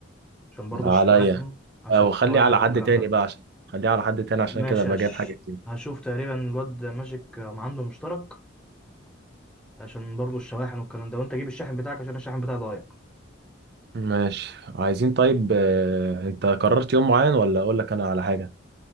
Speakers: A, in the centre; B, on the right (about 55°).
A: عشان برضو
B: عليا
A: الشواحن عشان
B: أو
A: الشواحن
B: خلي على حد
A: والكلام
B: تاني
A: ده
B: بقى عشان خليها على حد تاني
A: ماشي
B: عشان كده أبقى
A: هش-
B: جايب حاجة كتير
A: هشوف تقريبا الواد ماجيك ما عنده مشترك عشان برضو الشواحن والكلام ده وانت جيب الشاحن بتاعك عشان الشاحن بتاعي ضايع
B: ماشي عايزين طيب آه، أنت قررت يوم معين ولا أقول لك أنا على حاجة